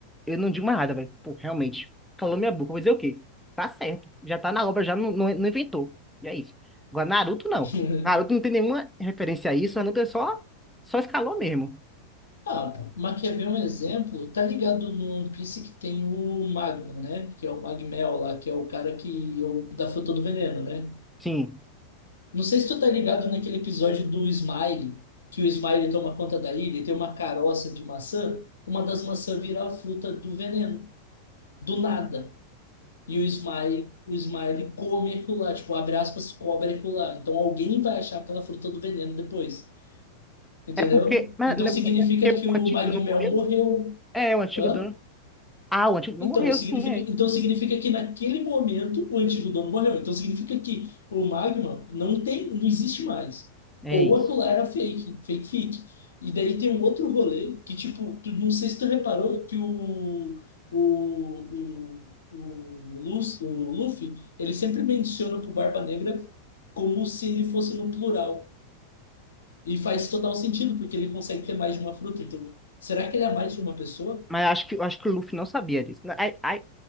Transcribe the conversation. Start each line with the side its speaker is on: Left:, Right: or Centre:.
Centre: eu não digo mais nada, velho. Pô, realmente, calou minha boca. Vou dizer o quê? Tá certo. Já tá na obra, já não, não, não inventou. E é isso. Agora, Naruto não,
Left: <laughs>
Centre: pô. Naruto não tem nenhuma referência a isso, Naruto é só, só escalou mesmo.
Left: Ah, Maquiavel é um exemplo. Tá ligado no One Piece que tem o Magma, né? Que é o Magmel lá, que é o cara que é o da fruta do veneno, né?
Centre: Sim.
Left: Não sei se tu tá ligado naquele episódio do Smile, que o Smile toma conta da ilha e tem uma caroça de maçã. Uma das maçãs vira a fruta do veneno, do nada. E o Smile, o Smile come aquilo lá, tipo, abre aspas, cobre aquilo lá. Então alguém vai achar aquela fruta do veneno depois, entendeu?
Centre: É porque, mas,
Left: Então
Centre: né,
Left: significa
Centre: é porque o
Left: que o
Centre: antigo
Left: Magmel
Centre: dono morreu?
Left: morreu.
Centre: É, o antigo
Left: Hã?
Centre: dono. Ah, o Antídoto
Left: Então,
Centre: morreu,
Left: significa,
Centre: sim, é.
Left: então significa que naquele momento o antigo dono morreu. Então significa que o magma não tem, não existe mais.
Centre: É
Left: Ou
Centre: isso.
Left: aquilo lá era fake, fake fic. E daí tem um outro rolê que, tipo, tu, não sei se tu reparou que o, o, o, o, Lus- o Luffy, ele sempre menciona pro Barba Negra como se ele fosse no plural. E faz total sentido, porque ele consegue ter mais de uma fruta. Então, será que ele é mais de uma pessoa?
Centre: Mas acho que, eu acho que o Luffy não sabia disso. Ai, ai,